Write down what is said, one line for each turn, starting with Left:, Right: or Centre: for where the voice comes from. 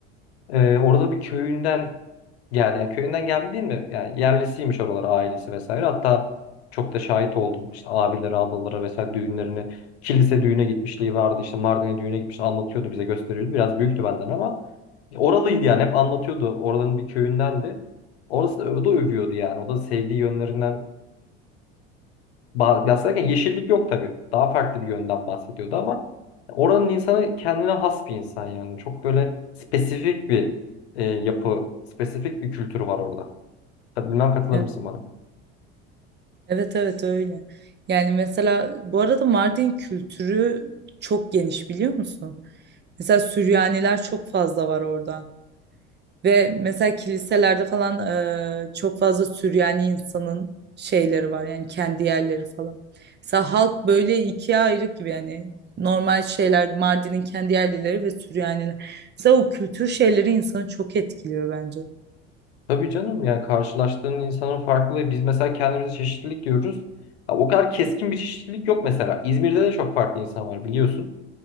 Left: Ee, orada bir köyünden gel, yani köyünden gelme değil mi? Yani yerlisiymiş oralara ailesi vesaire. Hatta çok da şahit oldum. İşte abileri, ablaları vesaire düğünlerine, kilise düğüne gitmişliği vardı. İşte Mardin'e düğüne gitmiş, anlatıyordu bize gösteriyordu. Biraz büyüktü benden ama oralıydı yani hep anlatıyordu. Oradanın bir köyündendi. Orası da, o da övüyordu yani. O da sevdiği yönlerinden Ba- bahsederken yeşillik yok tabii. Daha farklı bir yönden bahsediyordu ama oranın insanı kendine has bir insan yani. Çok böyle spesifik bir e, yapı, spesifik bir kültür var orada. Kat- Bilmem katılır
Right: Evet
Left: mısın bana?
Right: evet evet, öyle. Yani mesela bu arada Mardin kültürü çok geniş biliyor musun? Mesela Süryaniler çok fazla var orada. Ve mesela kiliselerde falan e, çok fazla Süryani insanın şeyleri var yani kendi yerleri falan. Mesela halk böyle ikiye ayrık gibi yani normal şeyler Mardin'in kendi yerlileri ve Süryaniler. Mesela o kültür şeyleri insanı çok etkiliyor bence.
Left: Tabii canım yani karşılaştığın insanın farklılığı. Biz mesela kendimize çeşitlilik diyoruz. Ha, o kadar keskin bir çeşitlilik yok mesela. İzmir'de de çok farklı insan var biliyorsun.